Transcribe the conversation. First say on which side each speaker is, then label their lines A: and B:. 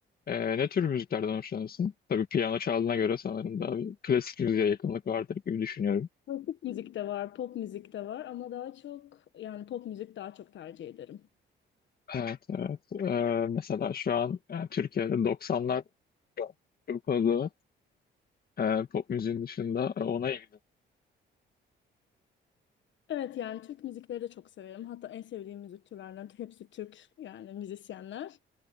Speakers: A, on the left; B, on the left.
A: E, ne tür müziklerden hoşlanırsın? Tabii piyano çaldığına göre sanırım daha bir klasik müziğe yakınlık vardır gibi düşünüyorum.
B: Klasik müzik de var, pop müzik de var ama daha çok yani pop müzik daha çok tercih ederim.
A: Evet, evet. E, mesela şu an e, Türkiye'de 90'lar çok fazla. E, pop müziğin dışında e, ona ilgili.
B: Evet yani Türk müzikleri de çok severim. Hatta en sevdiğim müzik türlerinden hepsi Türk yani müzisyenler.